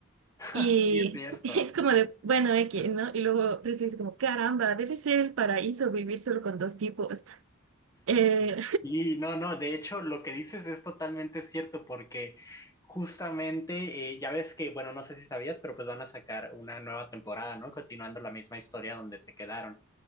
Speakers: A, on the left; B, on the right.
A: <laughs>
B: Y
A: Sí, es cierto.
B: <laughs> es como de, bueno, X, ¿no? Y luego Presley dice como, caramba, debe ser el paraíso vivir solo con dos tipos. Eh,
A: Sí, no, no, de hecho lo que dices es totalmente cierto porque justamente eh, ya ves que, bueno, no sé si sabías, pero pues van a sacar una nueva temporada, ¿no? Continuando la misma historia donde se quedaron.